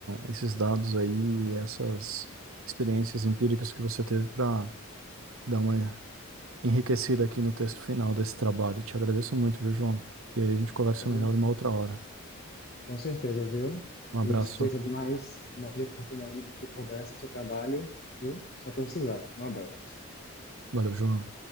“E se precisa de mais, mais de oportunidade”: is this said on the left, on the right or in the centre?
Left